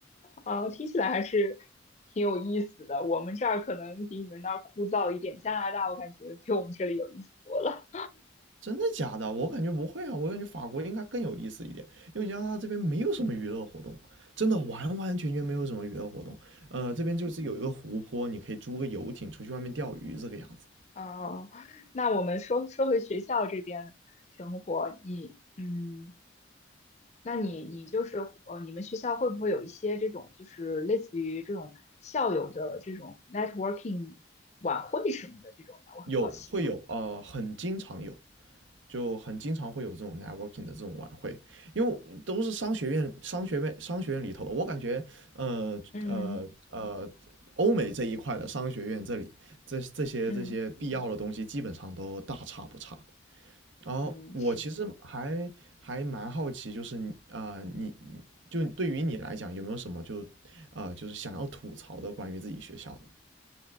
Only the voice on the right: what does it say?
真的假的？我感觉不会啊，我感觉法国应该更有意思一点，因为加拿大这边没有什么娱乐活动，真的完完全全没有什么娱乐活动。呃，这边就是有一个湖泊，你可以租个游艇出去外面钓鱼这个样子。
有会有呃，很经常有，就很经常会有这种 networking 的这种晚会，因为都是商学院、商学院、商学院里头的。我感觉，呃呃呃，
欧美这一块的商学院这里，这这些这些必要的东西基本上都大差不差的。
然后我其实还还蛮好奇，
就是你啊、你就对于你来讲，有没有什么就啊、就是想要吐槽的关于自己学校的？